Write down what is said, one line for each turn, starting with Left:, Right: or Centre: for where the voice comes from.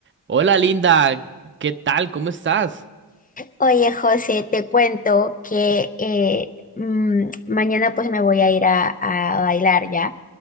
Right: Hola Linda, ¿qué tal? ¿Cómo estás?
Left: Oye, José, te cuento que eh, mm, mañana pues me voy a ir a, a bailar ya